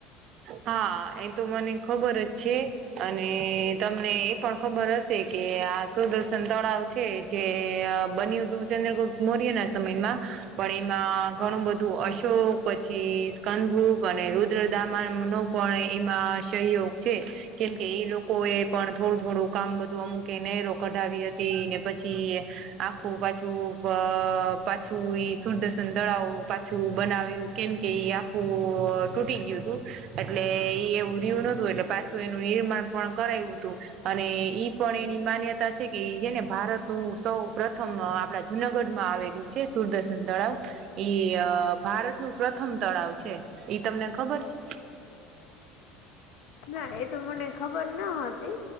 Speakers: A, on the right; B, on the left.
A: હા, એ તો મને ખબર જ છે. અને તમને એ પણ ખબર હશે કે આ સુદર્શન તળાવ છે છે જે બન્યું તું ચંદ્રગુપ્ત મૌર્યના સમયમાં, પણ એમાં ઘણું બધું અશોક, પછી સ્કનભુક અને રુદ્રદા નું પણ એમાં સહયોગ છે, કેમ કે એ લોકો એ પણ થોડું થોડું કામ બધું અમુકે નેહરો કઢાવી હતી ને પછી આખું પાછું બ પાછું ઈ સુરદર્સન તળાવ પાછું બનાવ્યું કેમ કે ઈ આ ખુ તૂટી ગ્યું તું. એટલે એ એવું રહ્યુ નતું એટલે પાછું એનું નિર્માણ પણ કરાઈવુ તું અને ઈ પણ એની માન્યતા છે કે ઈ છે ને ભારતનું સૌ પ્રથમ આપડા જુનાગઢ માં આવેલું છે સુરદર્શન તળાવ ઈ અ ભારતનું પ્રથમ તળાવ છે. ઈ તમને ખબર છે?
B: ના એ તો મને ખબર ના હતી.